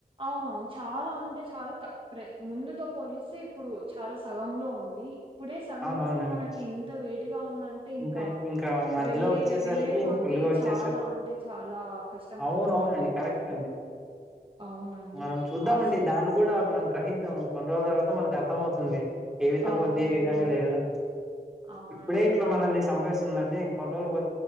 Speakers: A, on the right; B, in the centre.
A: అవునవును చాలా అంటే చాలా తే ప్రే ముందు తో పోలిస్తే ఇప్పుడు చాలా సగం లో ఉంది ఇప్పుడే సగంలోనే
B: అవునవునండి
A: మనకి ఇంత వే ఉందంటే
B: అంతే
A: ఇంకా
B: మధ్యలో
A: వెళ్ళి
B: వచ్చేసరికి
A: వెళ్ళే కొద్దీ
B: ఫుల్ గా వచ్చేసారు
A: చాలా అంటే చాలా కష్టం
B: అవునవునండి
A: అయిపోతుందేమో
B: కరెక్ట్
A: అండి అవునండి.
B: మనం చూద్దామండి
A: అస్
B: దాన్ని కూ కూడా మనం గ్రహిద్దాము కొన్ని రోజుల తర్వాత మన అర్తమౌతుంది ఏ విధంగా
A: అవునండి.
B: ఉంది ఏ విధంగా లేదు
A: అవునండి.
B: ఇప్పుడే చంపేస్తుందండి ఇంకొన్రోలు పో